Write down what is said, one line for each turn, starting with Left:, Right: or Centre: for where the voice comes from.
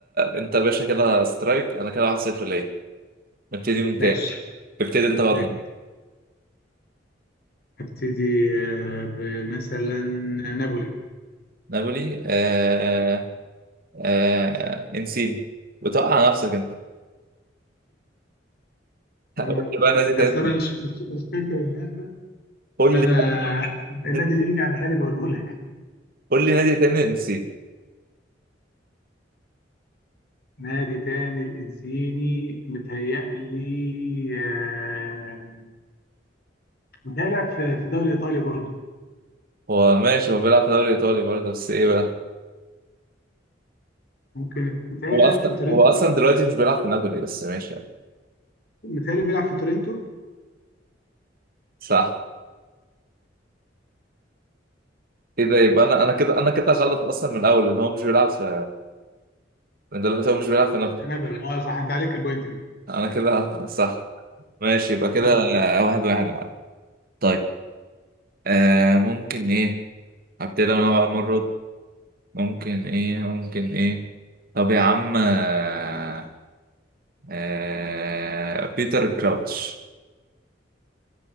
Right: أنت يا باشا كده سترايك أنا كده 1-0 ليا نبتدي من تاني
Left: ماشي
Right: ابتدي أنت بقى
Left: ماشي
Right: من
Left: هبتدي آه، بمثلا نابولي
Right: نابولي آه آه إنسيني بتوقع نفسك أنت. قول
Left: أنا
Right: لي بقى نادي تاني
Left: أصل أنا مش مش مش فاكر اللعبة
Right: قول
Left: فأنا
Right: لي بقى نادي
Left: النادي اللي بيجي على بالي بقوله لك
Right: قول لي نادي تاني نسيت
Left: نادي تاني الإنسيني متهيألي آه، متهيألي لعب في في الدوري الإيطالي برضه
Right: هو ماشي هو بيلعب في الدوري الايطالي برضه بس ايه بقى
Left: ممكن متهيألي
Right: هو
Left: لعب
Right: اصلا
Left: في تورنتو
Right: هو اصلا دلوقتي مش بيلعب في نابولي بس ماشي يعني
Left: متهيألي بيلعب في تورنتو
Right: صح ايه ده يبقى انا انا كده انا كده غلط اصلا من الاول ان هو مش بيلعب في من دلوقتي هو مش بيلعب في نابولي
Left: مش في نابولي أه صح أنت عليك البوينت دي
Right: انا كده <laughs> صح ماشي يبقى كده
Left: كده
Right: آه، واحد واحد يا معلم طيب آه ممكن ايه هبتدي انا بقى المره دي. ممكن ايه ممكن ايه طب يا عم آه آه بيتر كراوتش